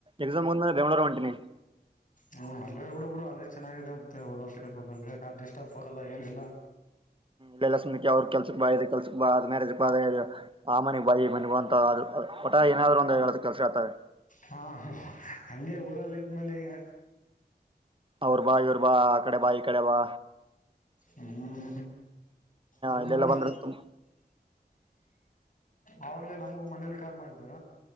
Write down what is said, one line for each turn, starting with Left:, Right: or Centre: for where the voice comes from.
Right: ಎಕ್ಸಾಮ್ ಮುಂದೇ ಬೆ್ಳೂರು ಹೊಂಟಿನಿ
Left: ಹ್ಮ್ ಅಲ್ಲ್ರೇ ಹುಡುಬ್ರು ಅಲ್ಲೇ ಚೆನ್ನಾಗಿದೆ ಮತ್ತೆ ಹೋಗ್ರ ಡಿಸ್ಟರ್ಬ್ ಆಗಲ್ಲ ಏನಿಲ್ಲಾ
Right: ಹ್ಮ್ಲಕ್ಷ್ಮಕ್ಕೆ ಅವ್ರ ಕೆಲ್ಸಕ್ಕೆ ಬ ಕೆಲ್ಸಕ್ಕೆ ಬ್ ಮ್ಯಾರೇಜ ಬ ಆ ಮನಿಗ್ ಬಾ ಈಮನಿಗೆ ಅಂತ ಒಟ ಏನಾದ್ರು ಒಂದು ಹೇಳ ಕೆಲ್ಸ ಹೇಳಿತಾರೆ
Left: ಹಾ ಹಂಗೆ ಊರಲ್ಲಿ ಇದ್ದಮೇಲೆ ಈಗ
Right: ಅವ್ರ ಬಾ ಇವ್ರ ಬಾ ಆ ಕಡೆ ಬಾ ಈ ಕಡೆ ಬಾ
Left: ಹ್ಮ್ ನಮಗುನು
Right: ಇಲ್ಲೆಲ್ಲ ಬಂದ್ರೆ ತುಂ
Left: ಅವಾಗ್ಲೇ ನಮಗು ಮನೇಲಿ ಕಾಲ್ ಮಾಡಿದ್ರ